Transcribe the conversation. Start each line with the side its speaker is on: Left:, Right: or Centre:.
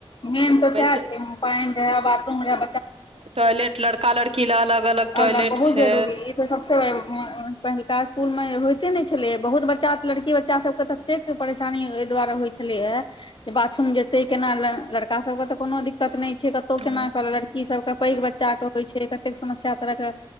Left: मेन तऽ सेहे
Right: बैस
Left: छै पानि रहे बाथरूम रहे
Right: टॉयलेट लड़का लड़की ल अलग अलग टॉयलेट
Left: अलग बहुत
Right: छै
Left: जरूरी सबसँ बड़ पहिलुका इसकुलमे होइते नहि छलै बहुत बच्चा लड़की बच्चा सबके तऽ कतेक परेशानी एहि दुआरे होइ छलै हे जे बाथरूम जेते केना ल लड़का सब के तऽ कोनो दिक्कत नहि छै कतौ
Right: ह
Left: केना कर लड़की सबके पैघ बच्चा के होइ छै कतेक समस्या तरहके